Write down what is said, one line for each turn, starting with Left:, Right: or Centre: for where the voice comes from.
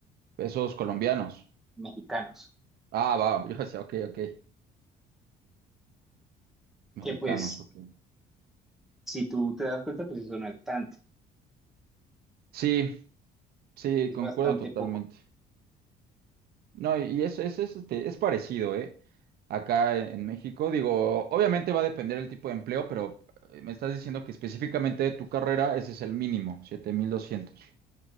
Right: Pesos colombianos.
Centre: mexicanos,
Right: Ah, va, <laughs> yo decía, ok, ok. Mexicanos,
Centre: que pues
Right: ok.
Centre: si tú te das cuenta, pues eso no es tanto,
Right: Sí, sí,
Centre: es
Right: concuerdo
Centre: bastante
Right: totalmente.
Centre: poco,
Right: No, y y eso, eso es, este, es parecido, ¿eh? Acá en México, digo, obviamente va a depender el tipo de empleo, pero eh, me estás diciendo que específicamente de tu carrera ese es el mínimo, siete mil doscientos